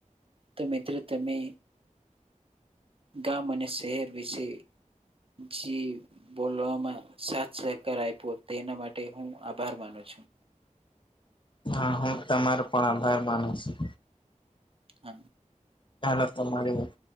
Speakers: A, on the right; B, on the left.
A: તો મિત્ર તમે ગામ અને શહેર વિશે જે બોલવામાં સાથ સહકાર આપ્યો તેના માટે હું આભાર માનું છું
B: હા હું તમારો પણ આભાર માનું છું
A: હા
B: ચાલ તમા તમારી વાત